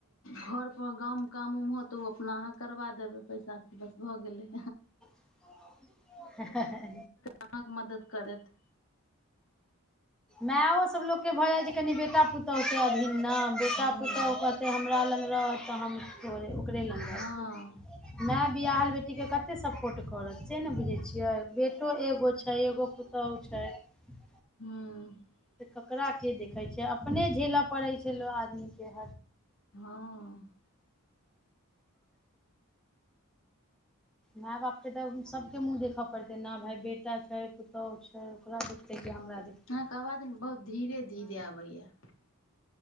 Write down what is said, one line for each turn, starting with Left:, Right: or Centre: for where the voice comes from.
Left: घरपर गाँवमे काम होत ओ अपना अहाँ करबा देबय पायसँ बस भऽ गेलै
Centre: <inaudible>
Left: अहाँक मदद करत।
Centre: मायो सब लोककेँ भऽ जाय छै कनेक बेटा पुतहु केँ अधीन नहि बेटा
Left: हूँ
Centre: पुतौहु कहतै हमरा लग रहऽ तऽ हम बरे <inaudible> कपड़े लङग रह
Left: हँ
Centre: मै <unintelligible> <unintelligible> बिआहल बेटी केँ कते सपोर्ट करत से नहि बुझैत छियैक। बेटो एगो छैक पुतहु छैक।
Left: हूं <inaudible>
Centre: ओकरा केँ देखय छैक अपने झेलय पड़ैत छैक लोककेँ।
Left: हूं
Centre: माय बाप केँ तऽ सबकेँ मुँह देखय पड़तै छैक न भाइ, बेटा छैक पुतहु छैक। ओकरा देखितै कि हमरा देखितै
Left: अहाँके
Centre: <unintelligible>
Left: आवाज बहुत धीरे -धीरे आबैत अछि।